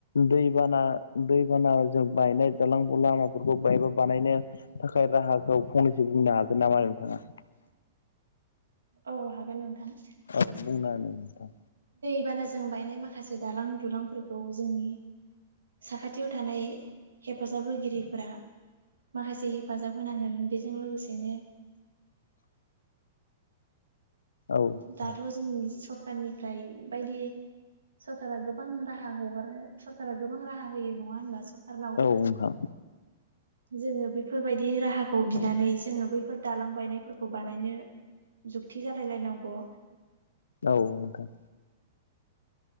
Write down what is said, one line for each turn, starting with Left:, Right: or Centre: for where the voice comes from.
Left: दैबाना दैबाना जों बायनाय दालां लामाफोरखौ बायबा बानायनो थाखाय राहाखौ फंनैसो बुंनो हागोन नामा नोंथाङा हा <unintelligible>
Right: औ हागोन नोंथां
Left: औ बुंना हो नोंथां
Right: दैबानाजों बायनाय माखासे दालां दुलांफोरखौ जोंनि साखाथियाव थानाय हेफाजाब होगिरिफोरा माखासे हेफाजाब होनांगोन बेजों लोगोसेनो
Left: <inaudible> औ नोंथां
Right: दाथ' जोंनि सरखारनिफ्राय बायदि सरखारा गोबां राहा हगारो सरकारा गोबां राहा होयो नङा होनबा सरक सरकारनाव
Left: औ नोंथां
Right: जोङो बे बेफोरबायदि राहाखौ बिनानै जोङो बैफोर दालांबायनायफोरखौ बानायनो जुक्ति जालायलायनांगौ
Left: औ नोंथां